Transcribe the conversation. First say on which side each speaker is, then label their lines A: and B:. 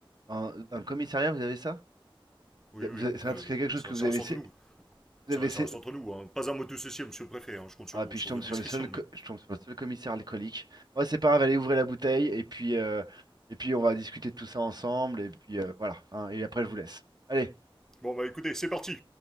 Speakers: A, on the right (about 50°); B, in the centre.
A: dans, dans le commissariat, vous avez ça?
B: Oui,
A: Vous-
B: oui,
A: vous-
B: enfin,
A: C'est un-
B: euh,
A: c'est quelque
B: bon,
A: chose
B: ça,
A: que vous
B: ça
A: avez,
B: reste entre
A: sé-
B: nous,
A: vous
B: ça,
A: avez sé-
B: ça reste entre nous, hein. Pas un mot de ceci, monsieur le préfet, hein. Je compte sur
A: Ah,
B: vous,
A: puis
B: sur
A: je tombe
B: votre
A: sur
B: discrétion,
A: le seul, co-
B: mais
A: je tombe sur le seul commissaire alcoolique. Moi, c'est pas grave, allez ouvrir la bouteille et puis, euh, et puis on va discuter de tout ça ensemble. Et puis euh, voilà. hein, et après, je vous laisse. Allez.
B: bon bah écoutez, c'est parti.